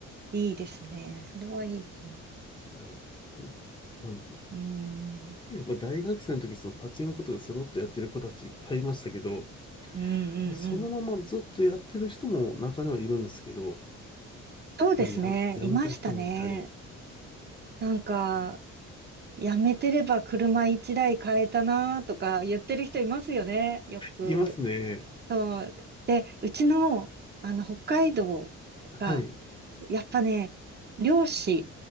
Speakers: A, on the right; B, on the left.
A: いいですね。それはいいですね。
B: うんまあ、
A: うーん。
B: まあ大学生の時そのパチンコとかスロットやってる子たちいっぱいいましたけど、
A: うんうんうん。
B: まあ、そのままずっとやってる人も中にはいるんですけど、
A: そうですね。
B: まあ、や、やめた人もいたり、
A: いましたね。なんか、やめてれば車一台買えたなとか言ってる人いますよね。よく。
B: いますね。
A: そう。で、うちの、あの、北海道が、
B: はい。
A: やっぱね、漁師